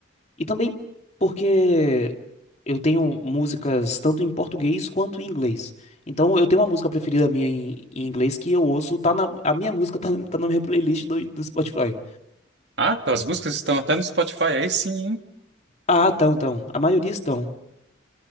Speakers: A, on the left (about 35°); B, on the right (about 60°).
A: E também porque eu tenho músicas tanto em português quanto em inglês. Então eu tenho uma música preferida minha em, em inglês que eu ouço, tá na, a minha música tá, na- tá na minha playlist do, do Spotify.
B: Ah, tuas músicas estão até no Spotify, aí sim, hein?
A: Ah, estão, estão. A maioria estão.